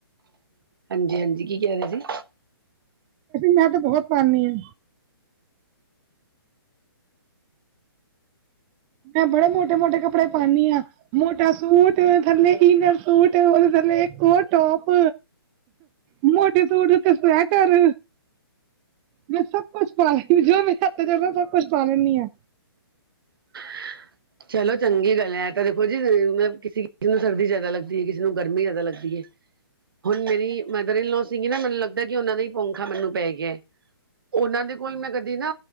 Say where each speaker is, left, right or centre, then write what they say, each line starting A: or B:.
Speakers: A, on the right; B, on the right.
A: ਹਾਂਜੀ ਹਾਂਜੀ, ਕੀ ਕਹਿ ਰਹੇ ਸੀ।
B: ਮੈਂ ਤੇ ਬਹੁਤ ਪਾਦੀ ਹਾਂ। ਮੈਂ ਬੜੇ ਮੋਟੇ ਮੋਟੇ ਕੱਪੜੇ ਪਾਉਦੀ ਹਾਂ। ਮੋਟਾ ਸੂਟ, ਥੱਲੇ ਇਨਰ ਸੂਟ, ਉਹਦੇ ਥੱਲੇ ਇਕ ਹੋਰ ਟੋਪ ਮੋਟੇ ਸੂਟ ਹ ਤੇ ਸਵੈਟਰ ਮੈਂ ਸਭ ਕੁੱਛ ਪਾ ਲੈਂਨੀ ਆ। ਜੋ ਮੇਰੇ ਹੱਥ ਅਂਦਾ, ਸਭ ਕੁਛ ਪਾ ਲੈਂਨੀ ਆਂ।
A: <unintelligible> ਚਲੋ, ਚੰਗੀ ਗੱਲ ਐ। ਤਾਂ ਦੇਖੋ ਜੀ, ਮੈ ਕਿਸੇ ਕਿਸੇ ਨੂੰ ਸਰਦੀ ਜਾਦਾ ਲੱਗਦੀ ਏ, ਕਿਸੇ ਨੂੰ ਗਰਮੀ ਜਿਆਦਾ ਲੱਗਦੀ ਏ। ਹੁਣ ਮੇਰੀ ਮਦਰ ਇਨ ਲੋੋਅ ਸੀਗੀ ਨਾ ਮੈਨੂੰ ਲੱਗਦਾ ਕਿ ਉਹਨਾਂ ਦਾ ਹੀ ਪੌਖਾ ਮੈਨੂੰ ਪੈ ਗਿਆ। ਉਹਨਾਂ ਦੇ ਕੋਲ ਮੈਂ ਕਦੇ ਨਾ